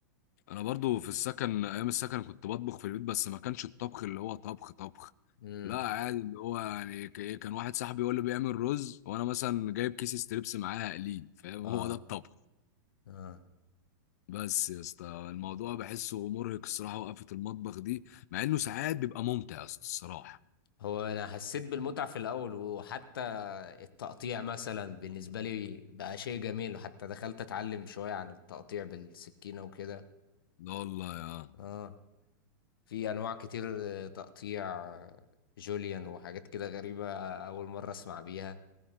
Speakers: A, on the left; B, on the left.
A: انا برضه في السكن ايام السكن كنت بطبخ في البيت بس ما كانش الطبخ اللي هو طبخ طبخ
B: امم
A: لا عادي اللي هو يعني ك- كان واحد صاحبي هو اللي بيعمل رز وانا مثلا جايب كيس ستريبس معاه هقليه فاهم
B: اه
A: هو ده الطبخ
B: اه
A: بس يا اسطى الموضوع بحسه مرهق الصراحه وقفه المطبخ دي مع انه ساعات بيبقى ممتع يا اسطى الصراحه
B: هو انا حسيت بالمتعة في الاول وحتى التقطيع مثلا بالنسبة لي بقى شيء جميل وحتى دخلت اتعلم شوية عن التقطيع بالسكينة وكده
A: لا والله يا
B: اه في انواع كتير آه، تقطيع آه، جوليان وحاجات كده غريبة اول مرة اسمع بيها